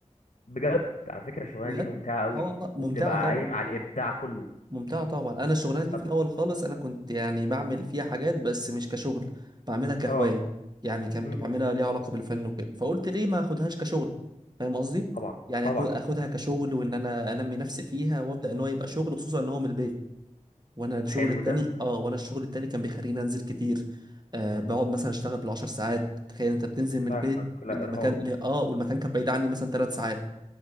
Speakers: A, on the left (about 65°); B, on the right (about 30°).
A: بجد على فكره الشغلانه
B: بجد
A: دي ممتعه قوي
B: اه والله ممتعة
A: وبتبقى قايمه
B: طبعا
A: على الابداع كله
B: ممتعة طبعا أنا الشغلانة دي
A: طب-
B: في الأول خالص أنا كنت يعني بعمل فيها حاجات بس مش كشغل بعملها كهواية
A: اه
B: يعني كنت
A: امم
B: بعملها ليها علاقة بالفن وكده فقلت ليه ما أخدهاش كشغل فاهم قصدي؟
A: طبعا
B: يعني
A: طبعا
B: أكو- أخدها كشغل وإن أنا أنمي نفسي فيها وأبدأ إن هو يبقى شغل خصوصا إن هو من البيت وأنا الشغل
A: حلو
B: التاني
A: ده
B: آه وأنا الشغل التاني كان بيخليني أنزل كتير آه بقعد مثلا أشتغل بالعشر ساعات تخيل أنت بتنزل من
A: فاهمك
B: البيت
A: لا
B: لمكان
A: ارهاق
B: ل- آه والمكان كان بعيد عني مثلا ثلاث ساعات